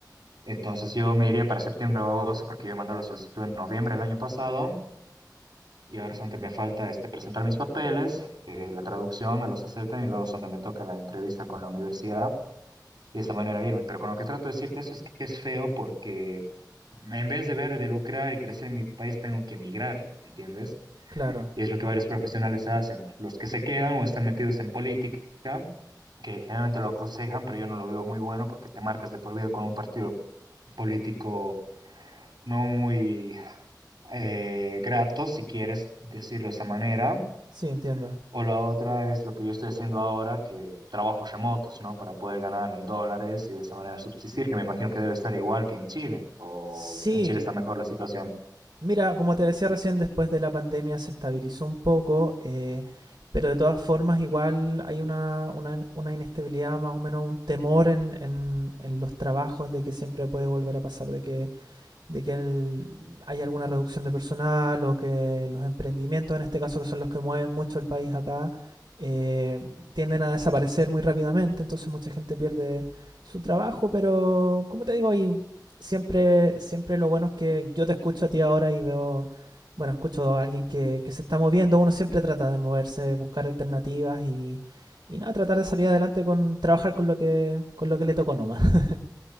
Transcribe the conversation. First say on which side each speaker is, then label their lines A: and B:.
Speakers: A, on the right; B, on the right.
A: Entonces, yo me iría para septiembre o agosto porque yo mandé la solicitud en noviembre del año pasado y ahora
B: Mm,
A: solamente me falta este, presentar mis papeles, eh, la traducción, me los aceptan y luego solamente me toca la entrevista con la universidad y de esta manera irme. Pero con lo que trato de decirte eso es que es feo porque en vez de ver de lucrar y crecer en mi país, tengo que emigrar, ¿entiendes?
B: Claro,
A: Y es lo que varios profesionales hacen. Los que se quedan o están metidos en política, que generalmente lo aconsejan, pero yo no lo veo muy bueno porque te marcas de por vida con un partido político no muy eh, grato, si quieres decirlo de esa manera.
B: sí, entiendo.
A: O la otra es lo que yo estoy haciendo ahora, que trabajos remotos, ¿no? Para poder ganar en dólares y de esa manera subsistir, que me imagino que debe estar igual que en Chile, o
B: Sí,
A: en Chile está mejor la situación.
B: Mira, como te decía recién, después de la pandemia se estabilizó un poco, eh, pero de todas formas igual hay una, una, una inestabilidad, más o menos un temor en, en- en los trabajos de que siempre puede volver a pasar de que de que el- hay alguna reducción de personal o que los emprendimientos, en este caso que son los que mueven mucho el país acá, eh, tienden a desaparecer muy rápidamente, entonces mucha gente pierde su trabajo, pero como te digo, y siempre, siempre lo bueno es que yo te escucho a ti ahora y veo, bueno, escucho a alguien que, que se está moviendo, uno siempre trata de moverse, buscar alternativas y, y nada, tratar de salir adelante con trabajar con lo que, con lo que le tocó nomás. <laughs>